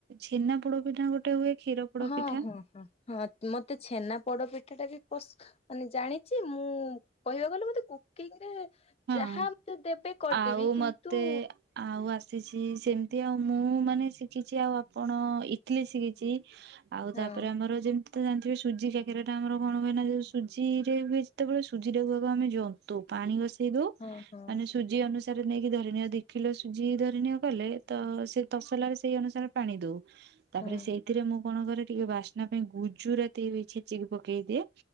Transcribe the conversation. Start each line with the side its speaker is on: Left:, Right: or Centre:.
Right: ଛେନା ପୋଡ ପିଠା ଗୋଟେ ହୁଏ କ୍ଷୀର ପୋଡ
Left: ହଁ-ହଁ-ହଁ-ହଁ
Right: ପିଠା
Left: ମତେ ଛେନା ପୋଡ ପିଠାଟା ବି ପସ୍‌ ମାନେ ଜାଣିଚି ମୁଁ କହିବାକୁ ଗଲେ ମତେ କୁକିଂରେ
Right: ହଁ
Left: ଯାହା ମତେ ଦେବେ କରଦେବି
Right: ଆଉ
Left: କିନ୍ତୁ
Right: ମତେ ଆଉ ଆସିଛି ସେମ୍ତି ଆଉ ମୁଁ ମାନେ ଶିଖିଚି ଆଉ ଆପଣ ଇଟଲି ଶିଖିଛି ଆଉ
Left: ହଁ
Right: ତାପରେ ଆମର ଯେ ତ ଜାଣିଥିବେ ସୁଜି କାକେରାଟା ଆମର କଣ ହୁଏ ନା ଯେ ସୁଜିରେ ହୁଏ ଯେତବେଳେ ସୁଜିଟାକୁ ଆମେ ଜନ୍ତୁ ପାଣି ଗ ଇ ଦଉ
Left: ହଁ ହଁ
Right: ମାନେ ସୁଜି ଅନୁସାରେ ନେଇକି ଧରିନିଅ ଦି କିଲୋ ସୁଜି ଧରିନିଅ କଲେ ତ ସେ ତସଲାରେ ସେଇ ଅନୁସାରେ ପାଣି ଦଉ ତାପରେ
Left: ହଁ
Right: ସେଇଥିରେ ମୁଁ କଣ କରେ ଟିକେ ବାସ୍‌ ନା ପାଇଁ ଗୁଜୁରାତି ବି ଛେଚିକି ପକେଇଦିଏ,